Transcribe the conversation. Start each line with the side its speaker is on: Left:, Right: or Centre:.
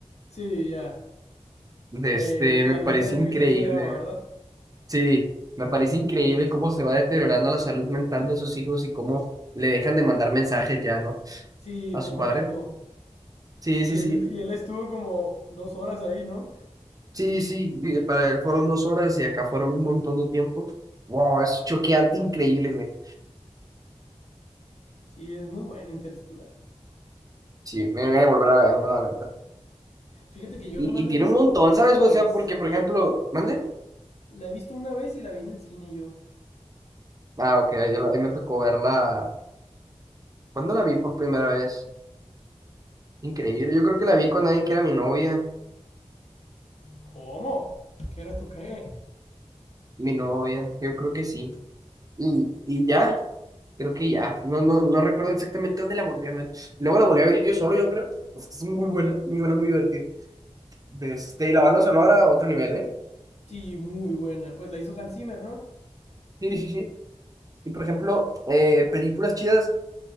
Left: Sí, ya.
Right: de
Left: en
Right: este,
Left: el planeta
Right: me parece
Left: este
Right: increíble.
Left: que está lleno de agua, ¿verdad?
Right: Sí, me parece increíble cómo se va deteriorando la salud mental de sus hijos y cómo le dejan de mandar mensajes ya, ¿no?
Left: Sí,
Right: A
Left: poco
Right: su padre.
Left: a poco.
Right: Sí,
Left: Y
Right: sí,
Left: él,
Right: sí.
Left: y él estuvo como dos horas ahí, ¿no?
Right: Sí, sí, eh, para él fueron dos horas y acá fueron un montón de tiempo. Wow, es choqueante, increíble, güey.
Left: Sí, es muy bueno Interstellar.
Right: Sí, me voy a volver a verlo, la verdad.
Left: Fíjate que yo
Right: Y,
Left: nomás la
Right: y tiene
Left: he visto
Right: un montón, ¿sabes?
Left: una
Right: O
Left: vez.
Right: sea, porque, por ejemplo, ¿mande?
Left: La he visto una vez y la vi en el cine y yo.
Right: Ah, ok, yo la- a mí me tocó verla. ¿Cuándo la vi por primera vez? Increíble, yo creo que la vi con alguien que era mi novia,
Left: ¿Cómo? ¿Qué eras tú qué?
Right: mi novia, yo creo que sí. Y, y ya, creo que ya, no, no, no recuerdo exactamente dónde la volví a ver. Luego la volví a ver yo solo, yo creo. Es que es muy buena, muy buena, muy divertida. De Este, y la banda sonora, otro nivel, ¿eh?
Left: Sí, muy buena. Pues la hizo Hans Zimmer, ¿no?
Right: Sí, sí, sí. Y por ejemplo, eh, películas chidas.